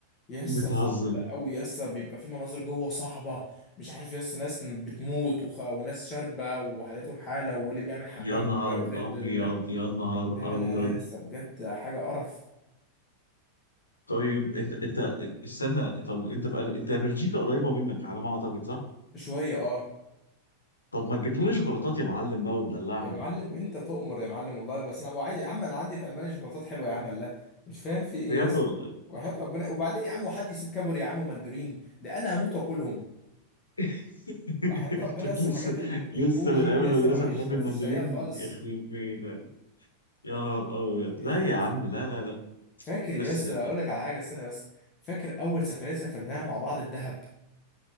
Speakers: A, on the left; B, on the left.
A: يسا
B: بتهزر
A: صعب قوي يسا بيبقى في مناظر جوه صعبة مش عارف يسا ناس بتموت وخ... وناس شاربة وحالتهم حالة واللي بيعمل حمام
B: يا نهار
A: في فريد
B: ابيض
A: ال-
B: يا نهار
A: لا
B: ابيض
A: لا لا يسا بجد حاجة قرف
B: طيب انت انت استنى طب انت في انت بلجيكا قريبه منك على ما اعتقد صح؟
A: شوية اه
B: طب ما تجيب لنا شوكولاتات يا معلم بقى وتدلعنا
A: يا معلم
B: بقى
A: انت تؤمر يا معلم والله بس انا وعي... يا عم انا عندي في المانيا شوكولاتات حلوة يا عم لا مش فاهم في ايه
B: بجد
A: يسا
B: والله
A: وحياة ربنا وبعدين يا عم وحد يسيب كابوري يا عم ومندورين ده انا هموت واكلهم
B: <laughs>
A: وحياة
B: انت
A: ربنا يسا
B: لسه
A: الحاجات الاو
B: لسه
A: جي
B: من ايام
A: دي يسا
B: المدرسه
A: ما فيش
B: بتحب
A: ما
B: المندلين
A: فيش زيها خالص
B: يخرب بيتك يا نهار ابيض
A: يا
B: لا يا
A: يسا
B: عم لا لا لا
A: فاكر يا
B: بس
A: اسطى اقول لك على حاجه استنى بس فاكر اول سفريه سافرناها مع بعض الدهب